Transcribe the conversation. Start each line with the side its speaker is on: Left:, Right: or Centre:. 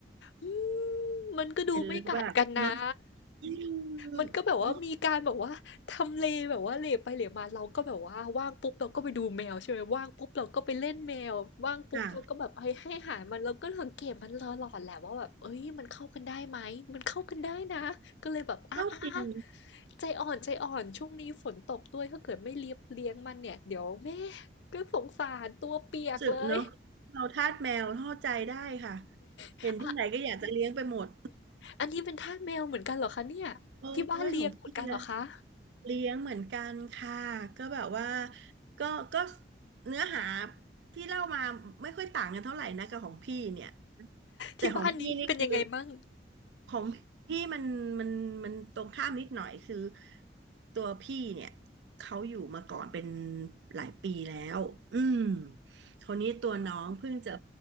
Left: อืมมันก็ดูไม่กัดกันนะ
Right: เห็นแล้วแบบเนอะอืมโอ้
Left: มันก็แบบว่ามีการแบบว่าทำเลแบบว่าเหลไปเหลมาเราก็แบบว่าว่างปุ๊บเราก็ไปดูแมวใช่ไหมว่างปุ๊บเราก็ไปเล่นแมวว่างปุ๊บเราก็แบบให้ให้อาหารมันเราก็สังเกตมันตลอดแหละว่าแบบเอ้ยมันเข้ากันได้ไหมมันเข้ากันได้นะก็เลยแบบอ่ะอ่ะอ่ะ
Right: ค่ะก็จริง
Left: ใจอ่อนใจอ่อนช่วงนี้ฝนตกด้วยถ้าเกิดไม่เลี้ยงเลี้ยงมันเนี่ยเดี๋ยวแม่ก็สงสารตัวเปียกเลย
Right: สึกเนาะเราทาสแมวเข้าใจได้ค่ะ
Left: อ่ะ
Right: เห็นที่ไหนก็อยากจะเลี้ยงไปหมด
Left: อันนี้เป็นทาสแมวเหมือนกันเหรอคะเนี่ยที่บ้านเลี้ยงเหมือนกันเหรอคะ
Right: โอ้ยของพี่นะเลี้ยงเหมือนกันค่ะก็แบบว่าก็ก็เนื้อหาที่เล่ามาไม่ค่อยต่างกันเท่าไหร่นะกับของพี่เนี่ยแต่ของพี่นี่คือ
Left: ที่บ้านนี้เป็นยังไงมั่ง
Right: ของพี่มันมันมันตรงข้ามนิดหน่อยคือตัวพี่เนี่ยเขาอยู่มาก่อนเป็นหลายปีแล้วอืมคนนี้ตัวน้องเพิ่งจะ